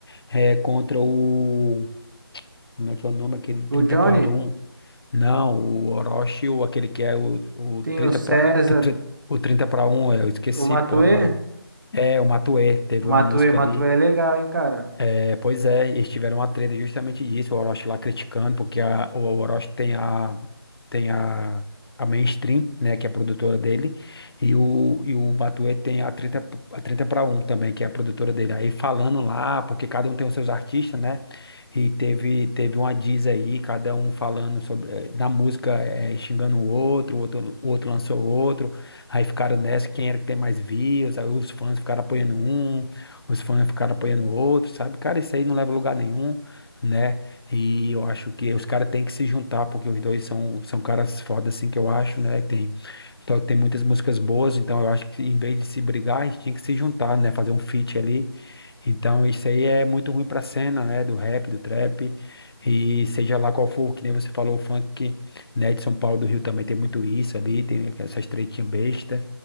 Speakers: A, on the left; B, on the right.
A: é, contra o... Como é que é o nome? Aquele 30
B: O Johnny,
A: para um? Não, o Orochi, ou aquele que é o, o
B: tem
A: 30
B: o César,
A: para... O 30 para um? eu esqueci,
B: o Matuê.
A: pô, agora. eu- É, o Matuê, teve
B: O
A: uma
B: Matuê,
A: música
B: Matuê
A: ali.
B: é legal, hein, cara.
A: É, pois é, eles tiveram uma treta justamente disso, o Orochi lá criticando, porque a- o Orochi tem a, tem a, a Mainstream, né, que é a produtora dele, e o, e o Matuê tem a trinta p- a 30 para um também, que é a produtora dele. Aí falando lá, porque cada um tem os seus artistas, né? E teve, teve uma diz aí, cada um falando sobre, eh, na música, eh, xingando o outro, o outro, o outro lançou outro, aí ficaram nessa, quem era que tem mais views, aí os fãs ficaram apoiando um, os fãs ficaram apoiando o outro, sabe? Cara, isso aí não leva a lugar nenhum, né? E eu acho que os caras têm que se juntar, porque os dois são, são caras foda, assim, que eu acho, né? Tem, então, tem muitas músicas boas, então eu acho que em vez de se brigar, a gente tinha que se juntar, né? Fazer um feat ali. Então, isso aí é muito ruim pra cena, né? Do rap, do trap, e seja lá qual for, que nem você falou, o funk, né? De São Paulo, do Rio também tem muito isso ali, tem essas tretinhas besta.